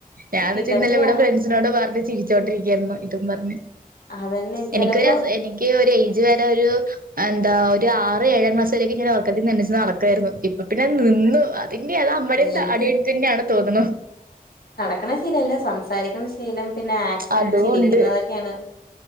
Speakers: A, on the right (about 70°); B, on the left (about 80°).
A: ഞാൻചീ
B: ഇതൊക്കെയാണ്
A: ന്നലെ ഇവിടെ ഫ്രണ്ട്സിനോട് പറഞ്ഞ് ചിരിച്ചോണ്ടിരിക്കായ്രുന്നു ഇതും പറഞ്ഞ്.
B: അതന്നെ ചെലപ്പോ
A: എനിക്കൊര് എനിക്ക് ഒരേ ജ് വരെ ഒരു എന്താ ഒരു ആറ് ഏഴാം ക്ലാസ്സ്‌ വരക്കെ ഞാൻ ഒറക്കത്തീന്ന് എണീച്ച് നടക്കുായിരുന്നു ഇപ്പൊ പിന്നെ നി ന്നു അതിന്റെ അത അമ്മടേട്ത്ത്
B: എനിക്ക്
A: അടി തന്നെയാണ് തോന്നുന്നു.
B: ആക്കണ ശീലല്ല സംസാരിക്കണ ശീലം പിന്നെ ആക്ഷൻ
A: അതും
B: ചിരിക്കുന്നതൊക്കെയാണ്
A: ഉണ്ട്